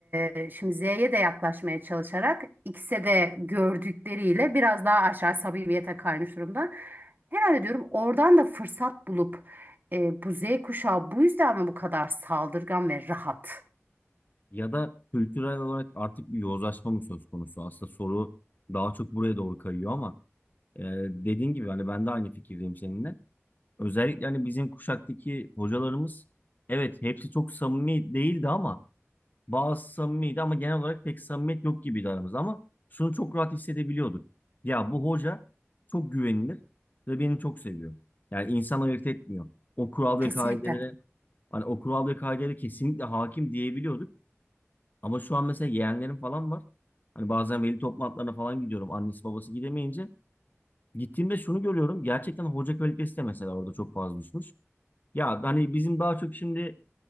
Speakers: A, on the right; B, on the left.
A: e, şimdi Z'ye de yaklaşmaya çalışarak X'e de gördükleriyle biraz daha aşağı samimiyete kaymış durumda. Herhalde diyorum oradan da fırsat bulup e, bu Z kuşağı bu yüzden mi bu kadar saldırgan ve rahat?
B: Ya da kültürel olarak artık bir yozlaşma mı söz konusu? Aslında soru daha çok buraya doğru kayıyor ama e, dediğin gibi hani ben de aynı fikirdeyim seninle. Özellikle hani bizim kuşaktaki hocalarımız evet hepsi çok samimi değildi ama bazı samimiydi ama genel olarak pek samimiyet yok gibiydi aramızda ama şunu çok rahat hissedebiliyorduk. Ya bu hoca çok güvenilir ve beni çok seviyor. Yani insan ayırt etmiyor. O kural ve
A: Kesinlikle.
B: kaidelere hani o kural ve kaidelere kesinlikle hakim diyebiliyorduk. Ama şu an mesela yeğenlerim falan var. Hani bazen veli toplantılarına falan gidiyorum. Annesi babası gidemeyince. Gittiğimde şunu görüyorum. Gerçekten hoca kalitesi de mesela orada çok fazla düşmüş. Ya hani bizim daha çok şimdi